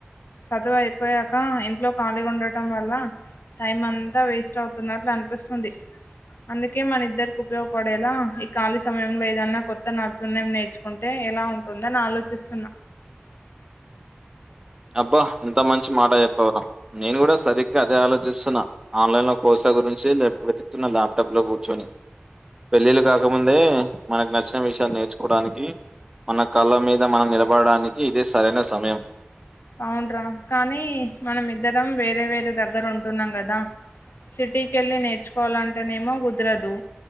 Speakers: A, on the left; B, on the right.
A: చదువు అయిపోయాక ఇంట్లో ఖాళీగా ఉండటం వల్ల టైం అంతా వేస్ట్ అవుతున్నట్లు అనిపిస్తుంది అందుకే మన ఇద్దరికి ఉపయోగపడేలా ఈ ఖాళీ సమయంలో ఏదన్నా కొత్త నైపుణ్యం నేర్చు <unintelligible> ఎలా ఉంటుందని ఆలోచిస్తున్న
B: అబ్బా ఇంత మంచి మాట చెప్పావురా నేను కూడా సరిగ్గా అదే ఆలోచిస్తున్నా ఆన్లైన్ లో కోర్స గురించి వెతుక్తున్న ల్యాప్టాప్ లో కూర్చొని పెళ్ళిళ్లు కాకముందే మనకు నచ్చిన విషయాలు నేర్చుకోడానికి మన కాళ్ల మీద మనం నిలబడడానికి ఇదే సరైన సమయం
A: అవున్రా కానీ మనం ఇద్దరం వేరే వేరే దగ్గర ఉంటున్నాం కదా సిటీకి వెళ్ళి నేర్చుకోవాలంటేనేమో కుదరదు